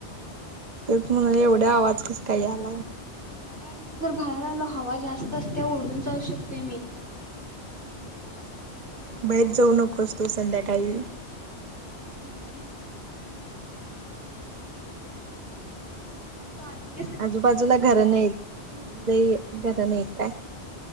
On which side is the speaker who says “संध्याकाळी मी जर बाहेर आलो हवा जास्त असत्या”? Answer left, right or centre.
Right